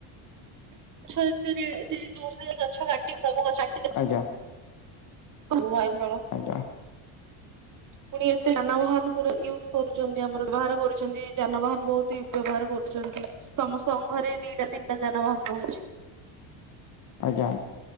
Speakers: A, on the right; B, on the left.
A: <unintelligible>
B: ଆଜ୍ଞା।
A: ବାୟୁ ମଣ୍ଡଳ
B: ଆଜ୍ଞା।
A: ପୁଣି ଏତେ ଯାନବାହାନ ପୁରା ୟୁଜ କରୁଛନ୍ତି ଆମର ବ୍ୟବହାର କରୁଛନ୍ତି ଯାନବାହାନ ବହୁତ ୟୁ ବ୍ୟବହାର କରୁଛନ୍ତି। ସମସ୍ତଙ୍କ ଘରେ ଦିଟା ତିନିଟା ଯାନବାହାନ ରହୁଚି।
B: ଆଜ୍ଞା।